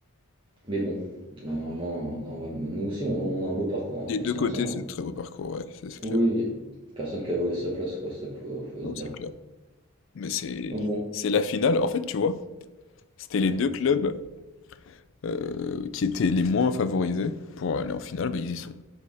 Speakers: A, on the right (about 25°); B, on the left (about 60°).
A: mais bon, normalement, normalement, nous aussi, on, on a un beau parcours,
B: Des
A: on va pas
B: deux
A: se
B: côtés,
A: mentir. hein.
B: c'est un très beau parcours, ouais, c'est c'est
A: Oui,
B: clair.
A: y a personne qui a volé sa place, quoi, c'est ça qu'il faut, faut
B: Non,
A: se dire.
B: c'est clair. Mais c'est
A: Donc bon,
B: c'est la finale. En fait, tu vois, c'était les
A: ouais,
B: deux clubs euh, qui étaient les moins favorisés pour aller en finale, bah, ils y sont.